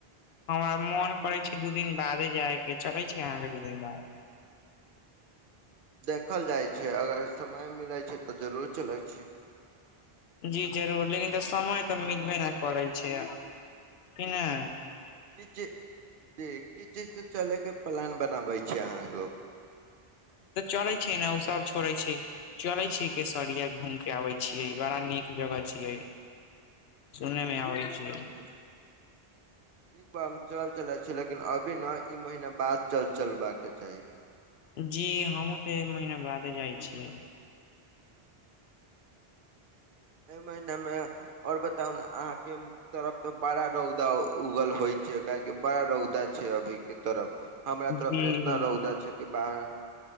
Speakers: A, on the left (about 80°); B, on the right (about 60°).
A: हमरा मोन करैय छैय दु दिन बादे जाय के चलैय छीयै अहाके दु दिन बाद?
B: देखल जाइ छैय अगर समय मिलैय छैय तऽ जरूरे चलैय छीयै।
A: जी जरूर लेकिन तऽ समय तऽ मिलबे न करैय छैय कि ने?
B: कीच जे कीच से चलैके प्लान बनाबैय छय अहा लोग।
A: तऽ चलै छी न ओ सब छोड़ै छी। चले छियै केसरिया घुम के आबे छियै बड़ा नीक जगह छियै। सुनैयमे आबैय छैय।
B: <unintelligible> ठीक बा हम चल चले छी लेकिन अभी न महीना बाद चल चलबाका के चाही।
A: जी हमहु तऽ एहि महीना बादे जाइ छियै।
B: एहि महिनामे और बताउ ने अहाके म- तरफ तऽ बड़ा रौदा उगल होइ छैय काहेक बड़ा रौदा छैय अभी के तरफ। हमरा तरफ
A: जी
B: तऽ एतना रौदा छै कि बाहर-